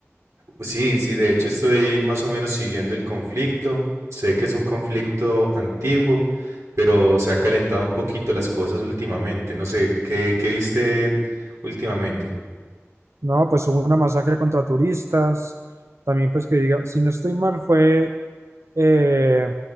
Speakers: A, on the right (about 85°); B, on the right (about 65°).
A: Sí, sí, de hecho estoy más o menos siguiendo el conflicto. Sé que es un conflicto antiguo, pero se ha calentado un poquito las cosas últimamente. No sé, ¿qué, qué viste últimamente?
B: No, pues hubo una masacre contra turistas, también pues que diga, si no estoy mal fue eh,